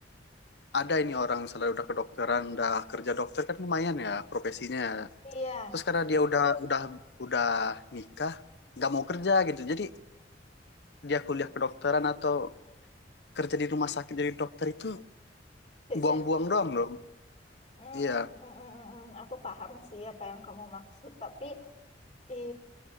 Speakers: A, on the left; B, on the left.
A: ada ini orang misalnya udah kedokteran, udah kerja dokter kan lumayan ya profesinya.
B: Iya,
A: Terus karena dia udah udah udah nikah, nggak mau kerja gitu. Jadi dia kuliah kedokteran atau kerja di rumah sakit jadi dokter itu buang-buang
B: sia-sia gitu.
A: doang dong.
B: Hmm, mm,
A: Iya,
B: mm, mm, mm. aku paham sih apa yang kamu maksud, tapi eh,